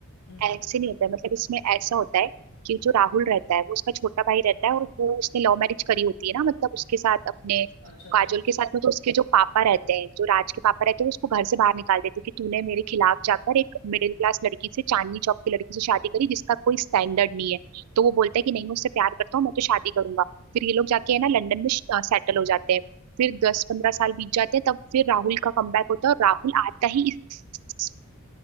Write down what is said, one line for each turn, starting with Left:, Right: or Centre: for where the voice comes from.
Left: हम्म
Right: ऐसे नहीं होता है मतलब इसमें ऐसा होता है कि जो राहुल रहता है वो उसका छोटा भाई रहता है और वो उसने लव मैरिज करी होती है ना मतलब उसके साथ अपने
Left: अच्छा अच्छा
Right: काजोल
Left: अच्छा
Right: के साथ में तो उसके जो पापा रहते हैं जो राज के पापा रहते हैं वो उसको घर से बाहर निकाल देते हैं कि तूने मेरे खिलाफ जाकर एक मिडिल क्लास लड़की से चांदनी चौक की लड़की से शादी करी जिसका कोई स्टैंडर्ड नहीं है तो वो बोलता है कि नहीं मैं उससे प्यार करता हूँ मैं तो शादी करूंगा फिर ये लोग जाके है ना लंदन में सेटल हो जाते हैं फिर दस पंद्रह साल बीत जाते हैं तब फिर राहुल का कमबैक होता है और राहुल आता ही इस